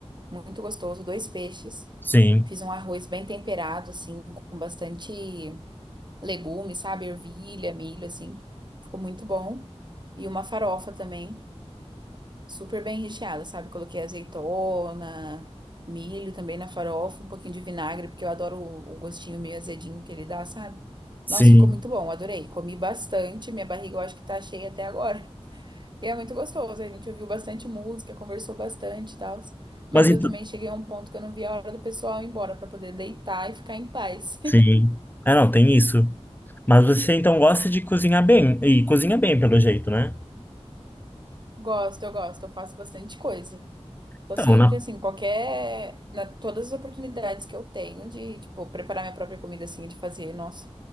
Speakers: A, on the right; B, on the left.
A: muito gostoso, dois peixes.
B: Sim,
A: Fiz um arroz bem temperado, assim, com bastante legumes, sabe? Ervilha, milho, assim. Ficou muito bom. E uma farofa também, super bem recheada, sabe? Coloquei azeitona, milho também na farofa, um pouquinho de vinagre, porque eu adoro o o gostinho meio azedinho que ele dá, sabe?
B: sim.
A: Nossa, ficou muito bom, adorei. Comi bastante, minha barriga eu acho que tá cheia até agora. E é muito gostoso, a gente ouviu bastante música, conversou bastante e tal. Mas
B: Mas
A: eu
B: então,
A: também cheguei a um ponto que eu não via a hora do pessoal ir embora pra poder deitar e ficar em paz.
B: Sim. É, não, tem isso. Mas você então gosta de cozinhar bem. E cozinha bem, pelo jeito, né?
A: <laughs> Gosto, eu gosto, eu faço bastante coisa. Tô
B: Então,
A: sempre
B: na...
A: assim, qualquer, na todas as oportunidades que eu tenho de, tipo, preparar minha própria comida assim, de fazer, nossa,